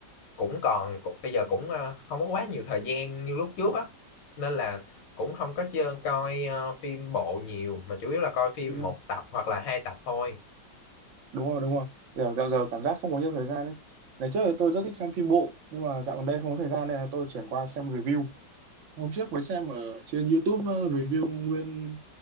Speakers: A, on the left; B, on the right.
A: cũng còn cũng, bây giờ cũng ờ, không có quá nhiều thời gian như lúc trước á nên là cũng không có chơi coi ờ, phim bộ nhiều mà chủ yếu là coi phim
B: đúng rồi
A: một tập hoặc là hai tập thôi
B: đúng rồi đúng rồi dạo dạo giờ cảm giác không có nhiều thời gian đấy ngày trước thì tôi rất thích xem phim bộ nhưng mà dạo gần đây không có thời gian nên là tôi chuyển qua xem review hôm trước mới xem ở trên YouTube ờ, review nguyên